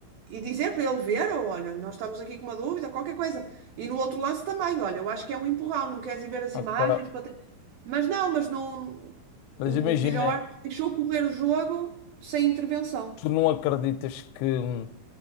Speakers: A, on the right; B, on the left.
A: e, e dizer para ele ver, ou olha, nós estamos aqui com uma dúvida, qualquer coisa. E no outro lance também, olha, eu acho que é um empurrão, não queres ir ver as
B: Ok.
A: imagens para ter- Mas não, mas não.
B: Mas
A: O
B: imagina,
A: vídeo-árbitro deixou correr o jogo sem intervenção.
B: tu não acreditas que hum,